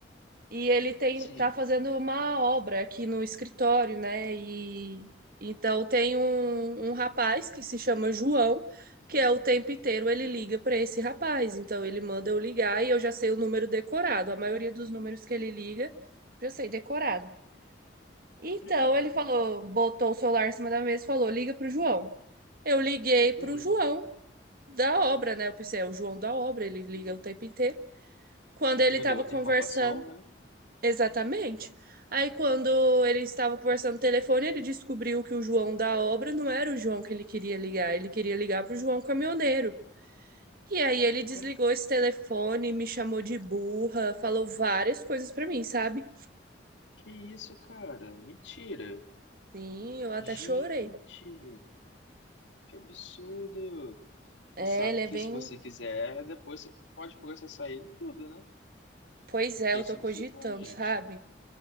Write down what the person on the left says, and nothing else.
Sim,
é, é,
uhum,
sim,
não
deu outra
informação, né?
Ué,
que isso, cara? Mentira!
Gente,
que absurdo!
Você sabe
que
se você quiser, depois você pode processar ele tudo, né?
Porque
isso
não se faz, gente.